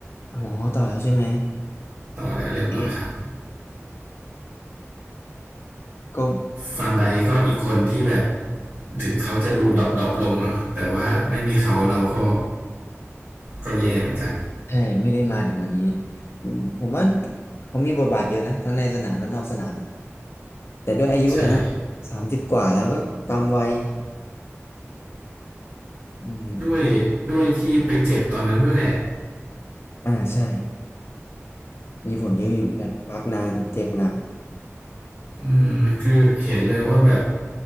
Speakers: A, on the left; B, on the right.
A: อ๋อต่อแล้วใช่ไหม
B: ต่อแล้วเรียบร้อยครับ
A: เอ๊ะก็
B: ฟันไดก็อีกคนที่แบบถึงเขาจะดูดรอปดๆลงเนาะแต่ว่าไม่มีเขาเราก็ก็แย่เหมือนกัน
A: ใช่ไม่ได้มาถึงวันนี้ผมผมว่าเขามีบทบาทเยอะนะทั้งในสนามและนอกสนาม แต่ด้วยอายุแหละเนาะสามสิบกว่าแล้วก็ตามวัย
B: ใช่
A: อืม
B: ด้วยด้วยที่ไปเจ็บตอนนั้นด้วยแหละ
A: อ่าใช่มีผลเยอะอยู่เหมือนกันพักนานอะเจ็บหนัก
B: อืมคือเห็นเลยว่าแบบ